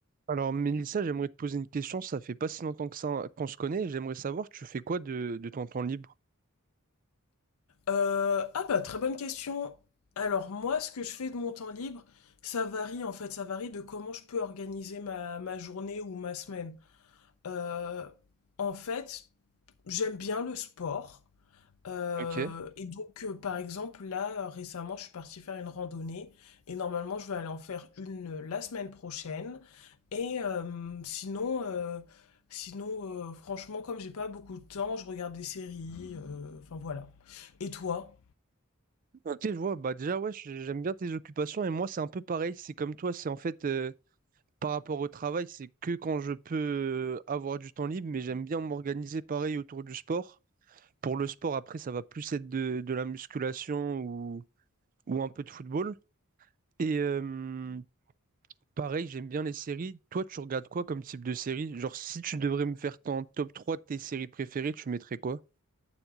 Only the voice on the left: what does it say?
Euh, ah bah très bonne question. Alors moi, ce que je fais de mon temps libre, ça varie en fait, ça varie de comment je peux organiser ma, ma journée ou ma semaine. Euh, en fait, j'aime bien le sport. Euh,
et donc, euh, par exemple, là, euh, récemment, je suis partie faire une randonnée et normalement, je vais aller en faire une euh, la semaine prochaine. Et euh, sinon, euh, sinon euh, franchement, comme j'ai pas beaucoup de temps, je regarde des séries. euh, Enfin voilà. Et toi?